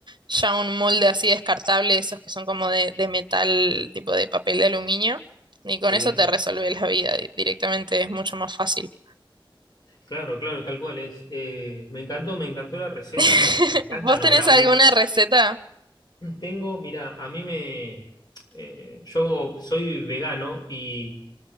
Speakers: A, on the right; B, on the left.
A: ya un molde así descartable, esos que son como de, de metal, tipo de papel de aluminio. Y con
B: Sí,
A: eso te resuelve la vida di- directamente, es mucho más fácil.
B: claro, claro, tal cual es. Eh, me encantó, me encantó la receta,
A: <laughs>
B: me encantan
A: ¿Vos
B: los
A: tenés
B: brownies.
A: alguna receta?
B: Tengo, mira, a mí me, eh, yo soy vegano y...